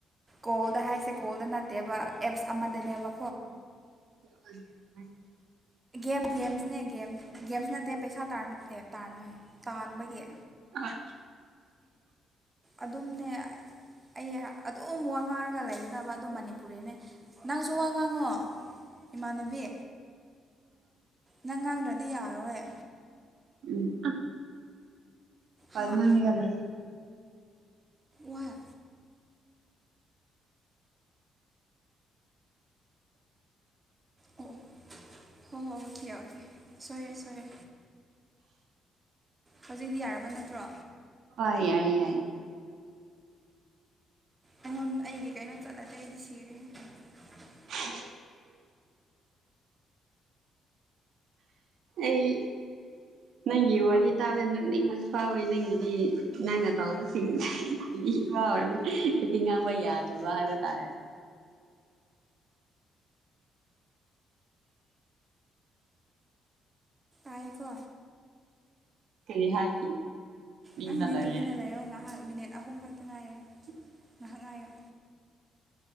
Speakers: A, on the right; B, on the right.
A: ꯀꯣꯜꯗ ꯍꯥꯏꯁꯦ ꯀꯣꯜꯗ ꯅꯠꯇ ꯅꯦꯕ ꯑꯦꯞꯁ ꯑꯃꯗꯅꯦꯕ
B: ꯎꯝ
A: ꯦꯝ ꯒꯦꯝ ꯅ ꯒꯦꯝ ꯒꯦꯝꯁ ꯅꯠꯇꯦ ꯄꯩꯁꯥ ꯇꯅ ꯇꯥꯟꯕꯒꯤ
B: ꯑ
A: ꯑꯗꯨꯝꯅꯦ ꯑꯩ ꯑꯗꯨ ꯋꯥ ꯉꯥꯡꯉꯔꯒ ꯂꯩꯒꯗꯕ ꯑꯗꯨ ꯃꯅꯤꯄꯨꯔꯤꯅꯦ ꯅꯪꯁꯨ ꯋꯥ ꯉꯥꯡꯉꯣ ꯏꯃꯥꯟꯅꯕꯤ ꯅꯪ ꯉꯥꯡꯗ꯭ꯔꯗꯤ ꯌꯥꯔꯔꯣꯏ
B: ꯎꯝ
A: ꯍꯥ
B: ꯑꯅ ꯃꯤꯒꯂꯅꯤ
A: ꯋꯥꯍ ꯑꯣ ꯍꯣ ꯍꯣ ꯑꯣꯀꯦ ꯑꯣꯀꯦ ꯁꯣꯏꯔꯦ ꯁꯣꯏꯔꯦ ꯍꯧꯖꯤꯛꯇꯤ ꯌꯥꯔꯕ ꯅꯠꯇ꯭ꯔꯣ
B: ꯍ ꯌꯥꯔꯦ ꯌꯥꯔꯦ
A: ꯑꯩꯉ ꯑꯩꯒꯤ ꯀꯩꯅꯣ ꯆꯠꯂꯗꯤꯦ ꯑꯩꯗꯤ ꯁꯤ <inaudible>
B: <inaudible> ꯑꯩ ꯅꯪꯒꯤ ꯋꯥꯔꯤ ꯇꯥꯕꯗ ꯅꯣꯛꯅꯤꯡꯕꯁꯨ ꯐꯥꯎꯋꯤ ꯅꯪꯒꯤꯗꯤ ꯅꯪꯅ ꯇꯧꯕꯁꯤꯡ ꯏꯔ ꯍꯛꯇꯤ ꯉꯥꯡꯕ ꯌꯥꯗ꯭ꯔꯕ ꯍꯥꯏꯕ ꯇꯥꯔꯦ
A: ꯑꯩꯀꯣ
B: ꯀꯔꯤꯍꯥꯏ
A: ꯅꯪꯗꯤ
B: ꯗ ꯂꯩꯔꯅꯦ
A: ꯇꯨꯃꯤꯟꯅ ꯂꯩꯌꯣ ꯉꯥꯏꯍꯥꯛ ꯃꯤꯅꯤꯠ ꯑꯍꯨꯝ ꯈꯛꯇ ꯉꯥꯏꯔꯦ
B: <inaudible>
A: ꯪꯉꯌꯣ